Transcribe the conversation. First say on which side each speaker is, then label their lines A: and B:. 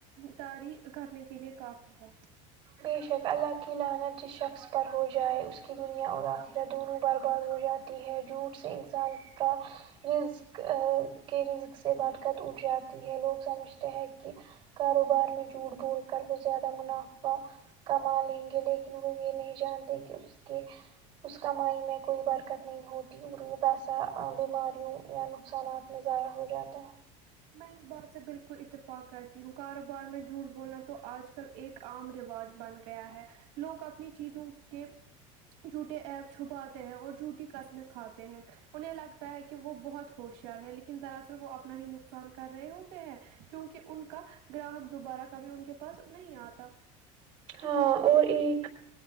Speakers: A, on the right; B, on the right.
A: داری کرنے کے لیے کافی ہے
B: بے شک اللہ کی لعنت جس شخص پر ہو جائے اس کی دنیا اور آخرت دونوں بار بارت ہو جات تی ہے جوٹ سے انسان کا رزق کے رزق سے برکت اٹھ جاتی ہے لوگ سمجھتے ہیں کہ کاروبار میں جھوٹ بول کر بہت زیادہ منافع فا کما لیں گے لیکن وہ یہ نہیں جانتے کہ اس کے اس کمائی میں کوئی برکت نہیں ہوتی اور وہ پیسہ بیماریوں یا نقصانات مزایہ ہو جاتا ہے
A: میں اس بات سے بالکل اتفاق کرتی ہوں کاروبار میں جھوٹ بولنا تو آج کل ایک عام رواج بن گیا ہے لوگ اپنی چیزوں کے جھوٹے ایپ چھپاتے ہیں اور جھوٹی قسمیں کھاتے ہیں انہیں لگتا ہے کہ کے وہ بہت ہوشیار ہے لیکن دراصل وہ اپنا ہی نقصان نقصان کر رہے ہوتے ہیں کیونکہ ان کا گراہک دوبارہ کبھی ان کے پاس نہیں آتا
B: ہاں اور ایک